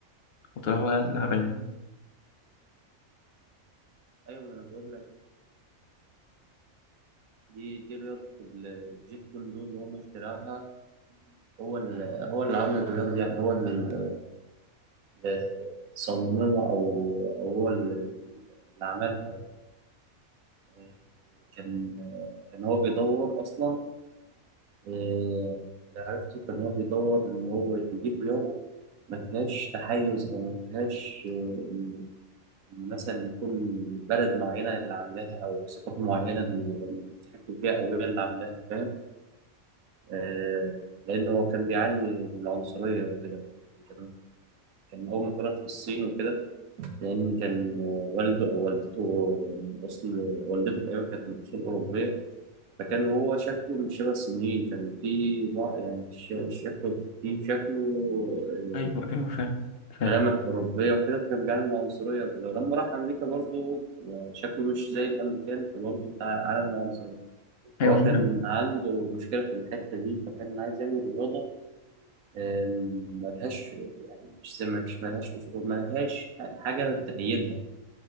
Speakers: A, on the left; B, on the right.
A: وطلع
B: مم.
A: هو يعني اللي عاملها يعني.
B: أيوة ما أنا بقول لك دي دي رياضة الجيت كوندو اللي هو مخترعها هو اللي هو اللي عامل الرياضة دي يعني هو اللي اللي صممها أو أو هو اللي اللي عملها يعني. كان كان هو بيدور أصلا آه، اللي عرفته كان هو بيدور إن هو يجيب رياضة ما فيهاش تحيز أو ما فيهاش آه، إن إن مثلا يكون بلد معينة اللي عاملاها أو ثقافة معينة اللي بتحكم فيها أو هي اللي عاملاها فاهم آه، لأن هو كان بيعاني من العنصرية وكده كان كان أول ما اتولد في الصين وكده لأن كان آه، والده أو والدته من أصل والدته تقريبا كانت من أصول أوروبية فكان هو شكله مش شبه الصينيين كان فيه ضع- يعني ش- شكله فيه شكله آه،
A: أيوه أيوه فاهم فاهم
B: ملامح أوروبية وكده فكان بيعمل عنصرية وكده ولما راح أمريكا برضه شكله مش زي الأمريكان فبرضه بتاع عالم العنصرية
A: أيوه
B: فهو
A: فاهم
B: كان عنده مشكلة في الحتة دي فكان عايز يعمل رياضة آم، ملهاش يعني مش زي- مش ملهاش أصول ملهاش حاجة تأيدها